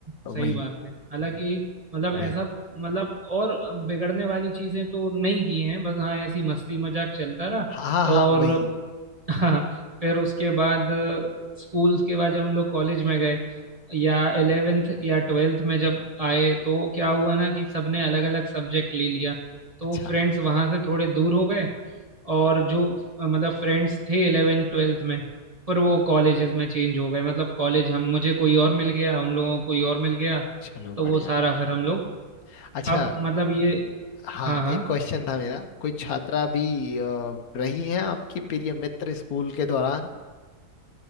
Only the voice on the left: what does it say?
वही
वही
हाँ हाँ
वही
अच्छा
चलो
बढ़िया
बढ़िया
अच्छा
हाँ
एक क्वेश्चन था मेरा कोई छात्रा भी अ, रही है आपकी प्रिय मित्र स्कूल के दौरान